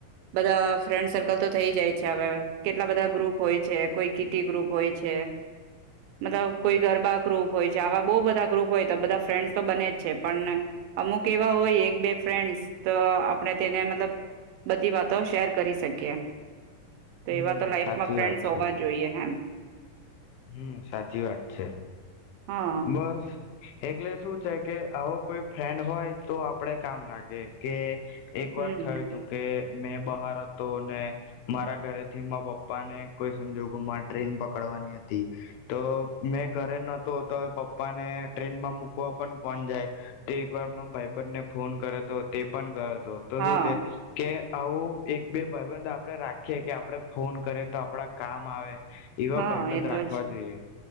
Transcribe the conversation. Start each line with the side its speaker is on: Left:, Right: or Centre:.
Right: બધા ફ્રેન્ડ સર્કલ તો થઈ જાય છે. હવે કેટલા બધા ગ્રુપ હોય છે, કોઈ કીટી ગ્રુપ હોય છે. મતલબ કોઈ ગરબા ગ્રુપ હોય છે. આવા બહુ બધા ગ્રુપ હોય તો બધા ફ્રેન્ડ્સ તો બને જ છે. પણ અમુક એવા હોય એક બે ફ્રેન્ડસ તો આપણે તેને મતલબ બધી વાતો શેર કરી શકીએ. તો
Left: હમ
Right: એવા તો, લાઈફમાં
Left: સાચી
Right: ફ્રેન્ડસ
Left: વાત
Right: હોવા
Left: છે
Right: જોઈએ હેમ
Left: હમ સાચી વાત છે.
Right: હા
Left: બસ એટલે શું છે કે? કે આવો કોઈ ફ્રેન્ડ હોય તો, આપડે કામ લાગે કે એક
Right: હમ
Left: વાર થયું હતું કે મેં બહાર હતો. અને મારા ઘરે થી માર પપ્પા ને કોઈ સંજોગોમાં ટ્રેન પકડવાની હતી. <inaudible> તો મેં ઘરે નહતો હતો તો હવે પપ્પાને ટ્રેનમાં મુૂકવા પણ કોણ જાય? તો એક વાર ભાઈબનને ફોન કર્યો હતો તે પણ ગયો હતો. તો તો
Right: હા
Left: શું છે? કે આવું એક બે ભાઈબંધ આપડે રાખીએ કે, આપડે ફોન કરે તો, આપડા કામ આવે. એવા
Right: હા
Left: ભયબંધ
Right: એ તો
Left: રાખ
Right: જ
Left: <inaudible> વા જોઈએ